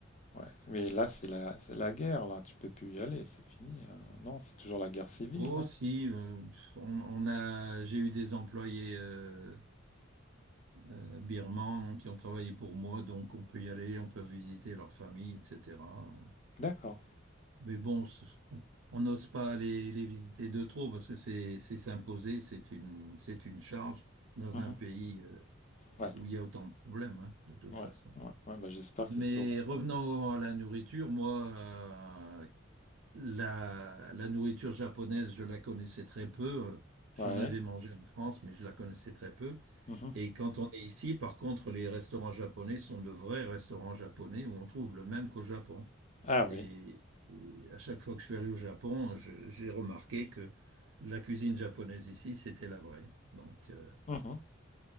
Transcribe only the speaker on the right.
Oh,
si, euh, on, on a, j'ai eu des employés euh, euh, birmans qui ont travaillé pour moi, donc on peut y aller, on peut visiter leur famille, etc.
Mais bon, c- on on n'ose pas les, les visiter de trop parce que c'est c'est s'imposer, c'est une, c'est une charge dans
un pays euh,
où il y a autant de problèmes, hein, de toute
façon.
Mais
revenons
à la nourriture, moi, euh, La, la nourriture japonaise, je la connaissais très peu. Euh, J'en
avais mangé en France, mais je la connaissais très peu.
Et quand on est ici, par contre, les restaurants japonais sont de vrais restaurants japonais où on trouve le même qu'au Japon.
Et, et à chaque fois que je suis allé au Japon, je- j'ai remarqué que la cuisine japonaise ici, c'était la vraie. Donc, euh,